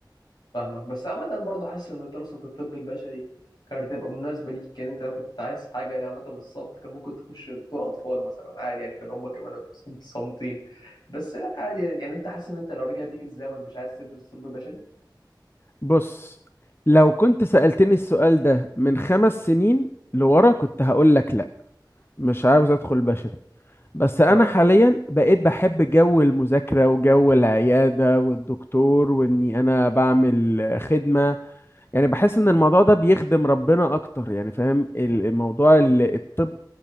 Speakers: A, on the left; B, on the left.
A: فاهمك بس عامه برضه حاسس ان دراسه الطب البشري كانت هتبقى مناسبه ليك كان انت لو كنت عايز حاجه ليها علاقه بالصمت كان ممكن تخش دكتور اطفال مثلا عادي يعني كان هما كمان هيبقوا صمت صامتين بس لا عادي يعني يعني انت حاسس ان انت لو رجع بيك الزمن مش عايز تدرس طب بشري
B: بص لو كنت سألتني السؤال ده من خمس سنين لورا كنت هقول لك لا مش عاوز ادخل بشري بس انا
A: اه
B: حاليا بقيت بحب جو المذاكره وجو العياده والدكتور واني انا بعمل خدمه يعني بحس ان الموضوع ده بيخدم ربنا اكتر يعني فاهم ال- الموضوع ال- الطب